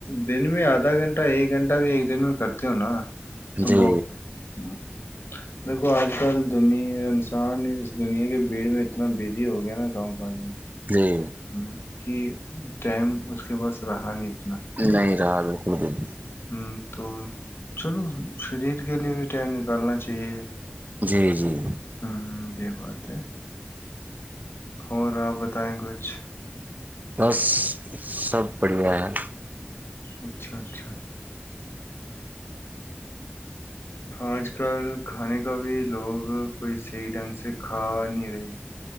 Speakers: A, on the left (about 80°); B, on the right (about 45°).
A: دن میں آد آدھا گھنٹہ ایک گھنٹہ بھی ایک دن میں کرتی ہوں نا تو
B: جی
A: بہت ہے ہ دیکھو آج کل دن انسان اس دنیا کے اسپیڑ میں اتنا بزی ہو گیا ناںال میں
B: جی
A: کرنا کہ ٹائم اس کے پاس رہا نہیں تھا
B: نہیں رہا بالکل دن
A: ہوں تو چلو شریر کے لیے بھی ٹائم نکالنا چاہیے
B: جی جی
A: ہوں یہ بات ہے ہو رہا آپ بتائیں کچھ
B: بس سب بڑھیا ہے
A: اچھا اچھا آج کل کھانے کا بھی لوگ کوئی صحی ڈھنگ سے کھا نہیں رہے